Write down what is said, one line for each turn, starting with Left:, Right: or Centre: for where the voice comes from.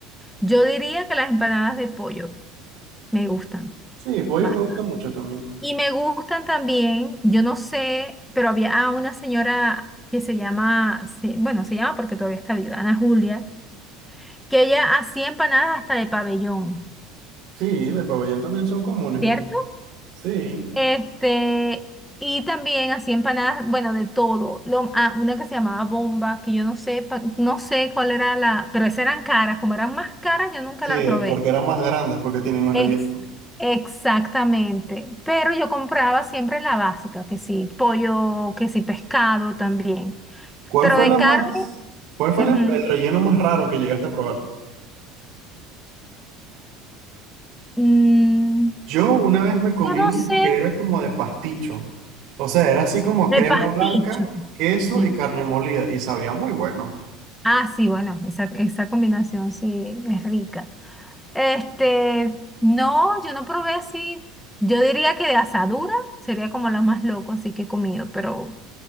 Centre: yo diría que las empanadas de pollo me gustan
Right: Sí, pollo
Centre: bastante.
Right: me gusta mucho también.
Centre: Y me gustan también, yo no sé, pero había ah, una señora que se llama, se- bueno, se llama porque todavía está viva, Ana Julia, que ella hacía empanadas hasta de pabellón,
Right: Sí, de pabellón también son comunes
Centre: ¿cierto?
Right: aquí. Sí,
Centre: Este, y también hacía empanadas, bueno, de todo. Lo, ah, una que se llamaba bomba, que yo no sé, pa- no sé cuál era la, pero esas eran caras, como eran más caras, yo nunca
Right: sí,
Centre: la probé.
Right: porque eran más grandes, porque tienen más
Centre: Ex-
Right: relleno.
Centre: exactamente. Pero yo compraba siempre la básica, que sí, pollo, que sí, pescado también.
Right: ¿Cuál
Centre: Pero
Right: fue
Centre: de
Right: la más,
Centre: carne,
Right: cuál fue
Centre: ujú,
Right: la- el relleno más raro que llegaste a probar?
Centre: mm,
Right: Yo una vez me comí
Centre: yo no
Right: una
Centre: sé,
Right: que era como de pasticho. O sea, era así como
Centre: de
Right: crema
Centre: pasticho.
Right: blanca, queso
Centre: Mm.
Right: y carne molida y sabía muy bueno.
Centre: Ah, sí, bueno, esa, esa combinación sí es rica. Este, no, yo no probé así. Yo diría que de asadura sería como la más loco, así que he comido, pero